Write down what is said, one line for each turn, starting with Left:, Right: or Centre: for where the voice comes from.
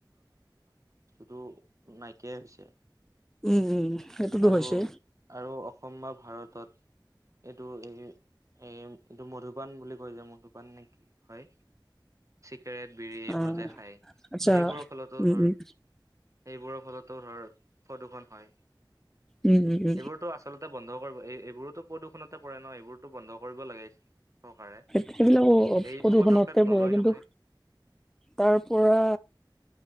Right: টো নাইকিয়াই হৈছে।
Centre: উম উম। সেইটোতো
Right: আৰু
Centre: হৈছে
Right: আৰু অসম বা ভাৰতত এইটো এই এ এইটো মধুপান বুলি কৈ যে মধুপান নেকি হয়, কেৰেট, বিৰি,
Centre: অ
Right: এইবোৰ যে খায়,
Centre: আচ্ছা
Right: সেইবোৰৰ ফলতো
Centre: উম
Right: ধৰ
Centre: উম
Right: সেইবোৰৰ ফলত ধৰ প্ৰদূষণ হয়।
Centre: উম উম উম
Right: এইবোৰতো আচলতে বন্ধ কৰিব। এইবোৰতো প্ৰদূষণতে পৰে ন, এইবোৰতো বন্ধ কৰিব লাগে। চৰকাৰে
Centre: সেইবিলাকো
Right: এইটো
Centre: প্ৰদূষণতে
Right: পদক্ষেপ নলয়
Centre: পৰে। কিন্তু
Right: নহয়
Centre: তাৰ পৰা